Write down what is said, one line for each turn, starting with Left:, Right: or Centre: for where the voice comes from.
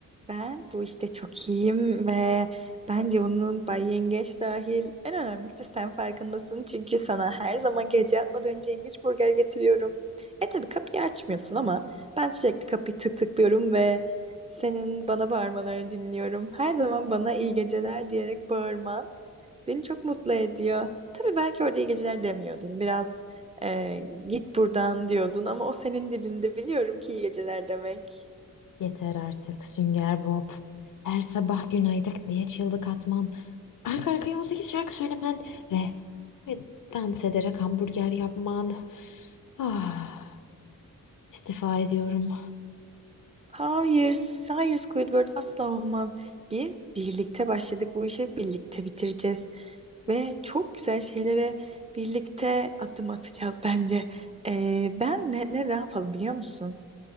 Right: Ben bu işte çok iyiyim ve bence bunun Bay Yengeç dahil en önemlisi de sen farkındasın. Çünkü sana her zaman gece yatmadan önce yengeç burger getiriyorum. E tabii kapıyı açmıyorsun ama ben sürekli kapıyı tık tıklıyorum ve senin bana bağırmalarını dinliyorum. Her zaman bana iyi geceler diyerek bağırman beni çok mutlu ediyor. Tabii belki orada iyi geceler demiyordun. Biraz e, git buradan diyordun ama o senin dilinde biliyorum ki iyi geceler demek.
Left: Yeter artık Sünger Bob. Her sabah günaydın diye çığlık atman. Arka arkaya 18 şarkı söylemen. Ve, ve dans ederek hamburger yapman. Ah, istifa ediyorum.
Right: Hayır, hayır Squidward asla olmaz. Biz birlikte başladık bu işi birlikte bitireceğiz ve çok güzel şeylere birlikte adım atacağız bence. Ee, ben ne, ne, ne yapalım biliyor musun?